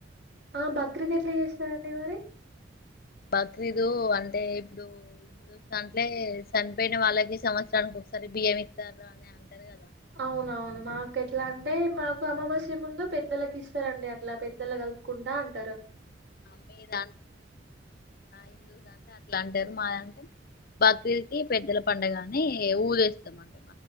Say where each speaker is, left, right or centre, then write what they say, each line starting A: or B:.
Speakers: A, on the right; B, on the left.
A: ఆ బక్రీద్ ఎట్లా చేస్తారండి మరి
B: బక్రీదు అంటే ఇప్పుడు చూ అంట్లే చనిపోయిన వాళ్ళకి సంవత్సరానికి ఒకసారి బియ్యం ఇస్తారు అని అంటారు కదా
A: అవునవును మాక ఎట్లా అంటే మాకు అమావాస్య ముందు పెద్దలకి ఇస్తారండి అట్లా పెద్దలు కలుపుకుంటా అ
B: మీ ద హిందూ ద అంటే ఇట్లా అంటారు మాది అంటే బక్రీకి పెద్దల పడుగని ఊదేస్తామంట